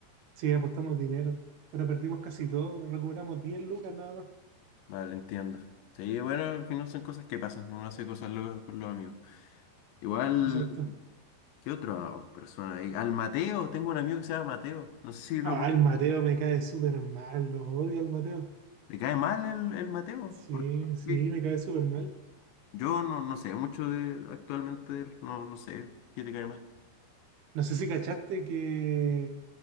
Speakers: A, on the right; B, on the left.
A: Sí, apostamos dinero, pero perdimos casi todo, recuperamos 10 lucas nada más.
B: Vale, entiendo. Sí, bueno, al final son cosas que pasan, uno hace cosas locas con los amigos. Igual,
A: Exacto.
B: ¿qué otra persona ahí? Al Mateo, tengo un amigo que se llama Mateo, no sé si lo...
A: Ah,
B: con-
A: el Mateo me cae súper mal, lo odio al Mateo.
B: ¿Le cae mal el, el Mateo?
A: Sí,
B: Porque <laughs>
A: sí, me cae súper mal.
B: yo no, no sé mucho de actualmente de él, no, no sé qué te cae mal.
A: No sé si cachaste que